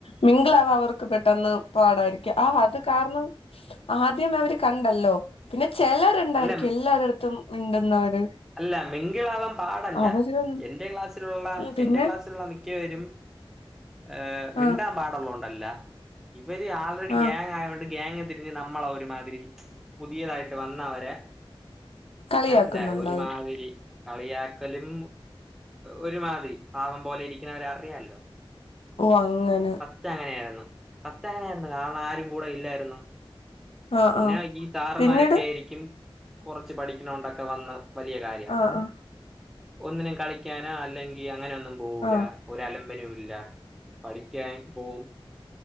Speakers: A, on the left; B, in the centre.
A: മിങ്കളാവവർക്ക് പെട്ടെന്ന് പാടായിരിക്കും ആ അത് കാരണം ആദ്യം അവര് കണ്ടല്ലോ പിന്നെ ചെല ര്ണ്ടായിരിക്കും
B: അല്ല
A: എല്ലാരടത്തും മിണ്ടുന്നവര്
B: അല്ല മിങ്കിളാവാൻ പാടല്ല
A: അവര് ഉം
B: എന്റെ ക്ലാസ്സിലുള്ള
A: പിന്നെ
B: എന്റെ ക്ലാസ്സിലുള്ള മിക്ക മിക്കവരും ഏഹ് മിണ്ടാൻ
A: ആ
B: പാടുള്ളോണ്ടല്ല ഇവര് ആൾറെഡി
A: ആ
B: ഗ്യങ്ങയത് കൊണ്ട് ഗ്യങ്ങ് നമ്മള ഒരുമാതിരി പുതിയതായിട്ട് വന്നവരെ
A: കളിയാക്കുന്നുണ്ടാ?
B: മനസ്സിലായോ ഒരുമാതിരി കളിയാക്കലും ഒരുമാതിരി പാവം പോലെ ഇരിക്കുന്നവരെ അറിയാലോ
A: ഓ അങ്ങന
B: പത്ത് അങ്ങനെയായിര്ന്നു പത്ത് അങ്ങനൊയിരുന്നു കാരണം ആരും കൂടെ ഇല്ലായിരുന്നു
A: ആ
B: പിന്നെ
A: ആ
B: ഈ സാറന്മാരൊക്കെയായിരിക്കും
A: പിന്നീട്
B: കൊറച്ച് പഠിക്കണണ്ടൊക്കെ വന്ന് വല്യ കാര്യക്ക
A: ആ ആ
B: ഒന്നിനും കളിക്കാനാ അല്ലെങ്കി അങ്ങനെ ഒന്നും പോവൂല
A: ആ
B: ഒരലമ്പിനുല്ല പഠിക്കാൻ പോവും